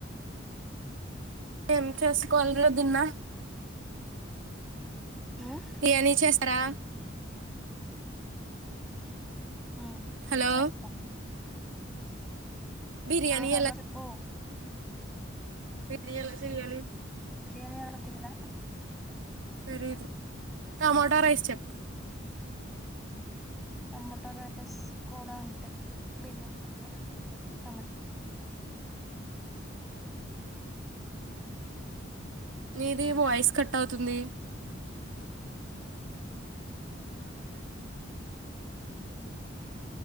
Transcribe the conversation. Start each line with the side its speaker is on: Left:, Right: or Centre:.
Right: ఏం చేసుకోవాలరా దున్న?
Centre: ఉమ్
Right: బిర్యానీ చేస్ త్తరా?
Centre: ఉమ్
Right: హలో
Centre: చేస్తా
Right: బిర్యానీ
Centre: ఆ, హలో చెప్పు.
Right: బిర్యాన్ ఎలా చేయాలి?
Centre: బిర్యానీ ఎలాగొ తెలియదా?
Right: తెలీదు, టమాటా రైస్ చెప్పు?
Centre: టమాట రైస్ కూడా అంతే, బిర్యానీలా. టమా
Right: మీది వాయిస్ కట్ అవుతుంది?